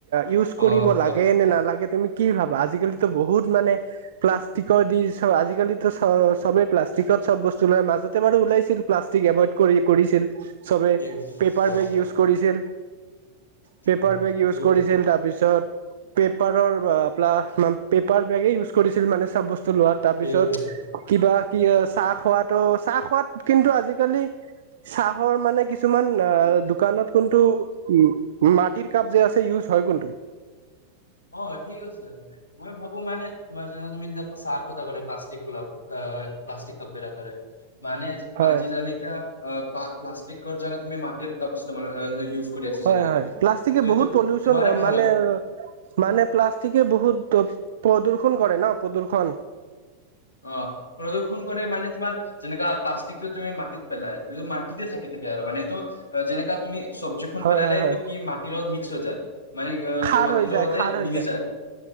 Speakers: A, on the right; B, on the left.
A: ইউজ কৰিব
B: অ কোৱা
A: লাগে নে নালাগে। তুমি কি ভাবা আজিকালিতো বহুত মানে প্লাষ্টিকৰ দিচ আজিকালি চ চবেই প্লাষ্টিকত চব বস্তু ওলাই মাজতে বাৰু ওলাইছিল প্লাষ্টিক। এভয়ড কৰি কৰিছিল। চবে
B: ঠিক আছে
A: পেপাৰ
B: অ
A: বেগ ইউজ
B: অ
A: কৰিছিল, পেপাৰ
B: অ
A: বেগ ইউজ
B: ঠিক
A: কৰিছিল
B: আছে
A: তাৰপিছত পে পেপাৰৰ প্লা পেপাৰ বেগেই ইউজ। ইউজ কৰিছিল মানে চব বস্তু লোৱা তাৰপিছত
B: ঠিকে কৈছা
A: কিবা কি চাহ খোৱাতো চাহ খোৱাত। কিন্তু আজি আজি কালি চাহৰ মানে কি কিছুমান অ'
B: ঠিক আছে
A: দোকানত কোনটো উ মাটিৰ কাপ যে আছে ইউজ হয় কোনটো।
B: অ' ঠিক আছে মানে মই ভাবো মানে তোমাৰ যেনেকা তুমি যেনেকা চাৰ কথা ক'লা প্লাষ্টিক প্লাষ্টিক কাপ বিলকেৰে মানে
A: হয়
B: আজি যেনেকা অ' প্লাষ্টিকৰ জাগাত তুমি মাটিৰ কাপ ইষ্টেমাল অ ইউজ কৰি আছা
A: হয়
B: যেনেকা
A: হয়
B: তুমি
A: প্লাষ্টিকে
B: ত এইটো
A: বহুত পলিউচন
B: তোমাৰে ভাল
A: মানে
B: হয়
A: মানে প্লাষ্টিকে বহুত প্ৰদূ্ষন কৰে ন প্ৰদূ্ষন।
B: অ। প্ৰদূ্ষণ কৰে মানে তোমাৰ যেনেকা প্লাষ্টিকটো তুমি মাটিত পেলাই এইটো মাটিতে থাকি থাকে আৰু মানে এইটো যেনেকা তুমি চব্জিখন
A: হয়
B: পেলাইলে
A: হয় হয়
B: এইটো কি মাটিৰ লগত মিক্স হৈ যায় মানে
A: খাৰ
B: মাটিৰ
A: হৈ
B: লগতে
A: যায় খাৰ হৈ
B: মিলি যায়।